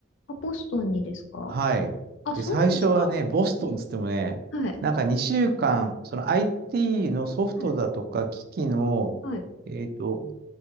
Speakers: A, on the left; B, on the right.
A: あ、ボストンにですか
B: はい。
A: あ、
B: で、
A: そうですか。
B: 最初はね、ボストンつってもね、
A: はい、
B: なんか2週間、その IT のソフトだとか機器の、
A: はい、はい。
B: えっと、